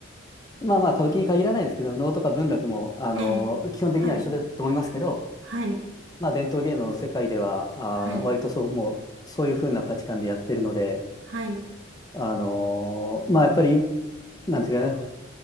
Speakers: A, on the left; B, on the right.
A: まあまあ歌舞伎に限らないですけど、能とか文楽も、あの、
B: えー、
A: 基本的には一緒だと思いますけど、
B: はい、はい、
A: まあ伝統芸能の世界では、あの、
B: はい、
A: 割とそう、もうそういう風な価値観でやってるので、
B: はい、
A: あの、まあやっぱり、なんていうかな、